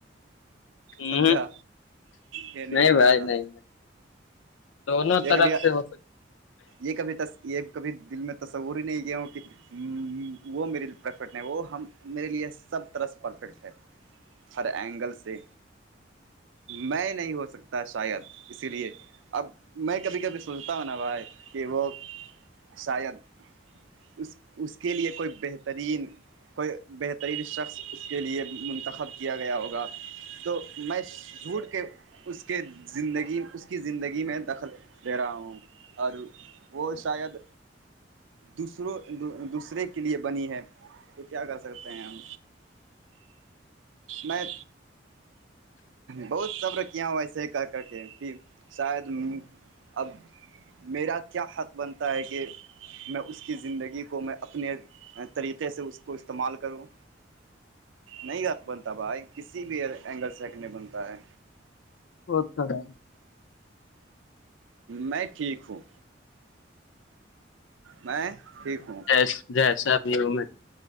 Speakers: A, on the left; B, on the right.
A: ہے
B: سمجھا
A: ہ
B: یہ نہیں مانتا
A: بھائی نہیں دونوں
B: یہ
A: طرف
B: کبھی
A: سے ہو
B: یہ کبھی یہ کبھی دل میں تصور ہی نہیں گیا ہوں کہ ہ وہ میرے لی پرفیکٹ نہیں وہ ہم میرے لیے سب طرح پرفیکٹ ہے ہر اینگل سے میں نہیں ہو سکتا شاید اسی لیے اب میں کبھی کبھی سوچتا ہوں نا بھائی کہ وہ شاید اس اس کے لیے کوئی بہترین کوئی بہترین شخص اس کے لیے منتخب کیا گیا ہوگا تو میں جھوٹ کے اس کے زندگی اس کی زندگی میں دخل دے رہا ہوں اور وہ شاید دوسروں دوسرے کے لیے بنی ہے تو کیا کر سکتے ہیں ہم میں بہت صبر کیا ہو ایسے ہی کر کر کے کہ شاید اب میرا کیا حق بنتا ہے کہ میں اس کی زندگی کو میں اپنے طریقے سے اس کو استعمال کروں نہیں بنتا بھائی کسی بھی اینگل سے نہیں بنتا ہے
A: اھ
B: میں ٹھیک ہوں میں ٹھیک ہوں
A: جس جیس صاحب یہ ا میں